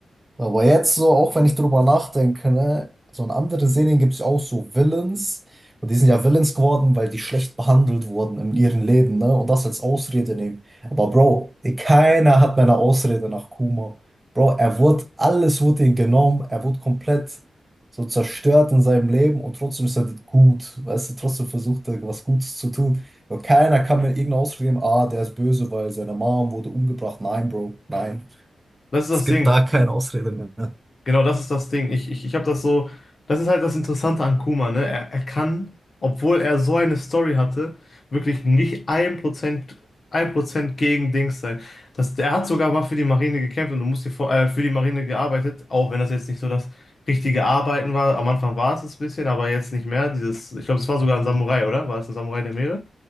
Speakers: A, on the right; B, on the left.
A: Aber jetzt so, auch wenn ich drüber nachdenke, ne, so in anderen Serien gibt es ja auch so Villains. Und die sind ja Villains geworden, weil die schlecht behandelt wurden in ihrem Leben, ne? Und das als Ausrede nehmen. Aber Bro, keiner hat meine Ausrede nach Kuma. Bro, er wurde, alles wurde ihm genommen, er wurde komplett so zerstört in seinem Leben und trotzdem ist er gut. Weißt du, trotzdem versucht er, was Gutes zu tun. Und keiner kann mir irgendeine Ausrede geben, ah, der ist böse, weil seine Mom wurde umgebracht. Nein, Bro, nein.
B: Das ist das
A: Es gibt
B: Ding.
A: da keine Ausrede mehr.
B: Genau, das ist das Ding. Ich, ich, ich habe das so, das ist halt das Interessante an Kuma, ne? Er, er kann, obwohl er so eine Story hatte, wirklich nicht ein Prozent, ein Prozent gegen Dings sein. Das, er hat sogar mal für die Marine gekämpft und du musst dir vor, äh, für die Marine gearbeitet, auch wenn das jetzt nicht so das richtige Arbeiten war. Am Anfang war es es ein bisschen, aber jetzt nicht mehr. Dieses, ich glaube, es war sogar ein Samurai, oder? War es ein Samurai der Meere?